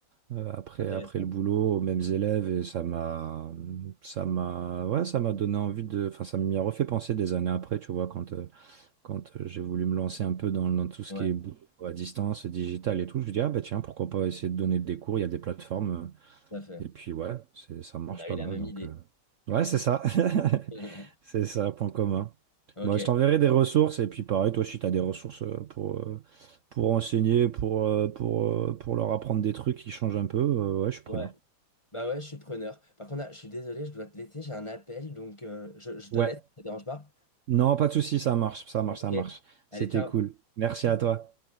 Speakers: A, on the right; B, on the left.
A: euh, après,
B: intéressant.
A: après le boulot aux mêmes élèves et ça m'a, ça m'a, ouais, ça m'a donné envie de, enfin, ça m'y a refait penser des années après, tu vois, quand, euh, quand euh, j'ai voulu me lancer un peu dans, dans tout ce
B: Ouais,
A: qui est boulot à distance, digital et tout, je me dis, ah bah tiens, pourquoi pas essayer de donner des cours, il y a des plateformes. euh,
B: tout à fait.
A: et puis ouais, c'est, ça marche
B: On a
A: pas
B: eu la
A: mal.
B: même
A: Donc,
B: idée.
A: euh, ouais, c'est ça. <laughs>
B: <laughs>
A: C'est ça, point commun.
B: Ok.
A: Bon, je t'enverrai des ressources. Et puis pareil, toi aussi, tu as des ressources euh, pour, euh, pour enseigner, pour, euh, pour, euh, pour leur apprendre des trucs qui changent un peu. Euh, ouais, je suis preneur.
B: Ouais. Bah ouais, je suis preneur. Par contre, là, je suis désolé, je dois te laisser, j'ai un appel, donc euh, je, je te
A: Ouais.
B: laisse, ça te dérange pas?
A: Non, pas de souci, ça marche, ça marche,
B: Ok.
A: ça marche.
B: Allez,
A: C'était
B: ciao.
A: cool. Merci à toi.